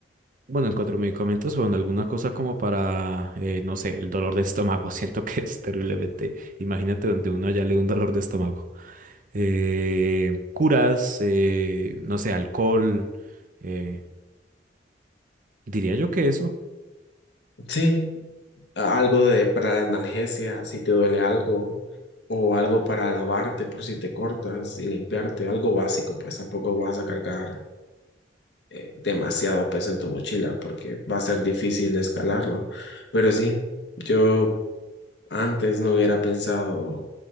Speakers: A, on the right (about 45°); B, on the left (about 65°).
A: Bueno, en cuatro medicamentos, bueno, alguna cosa como para, eh, no sé, el dolor de estómago. <laughs> Siento que es terriblemente. Imagínate donde uno ya le da un dolor de estómago. Eh, curas, eh, no sé, alcohol. eh, diría yo que eso.
B: Sí, a- algo de, para la analgesia, si te duele algo, o algo para lavarte por si te cortas y limpiarte, algo básico, pues tampoco vas a cargar eh, demasiado peso en tu mochila porque va a ser difícil escalarlo. Pero sí, yo antes no hubiera pensado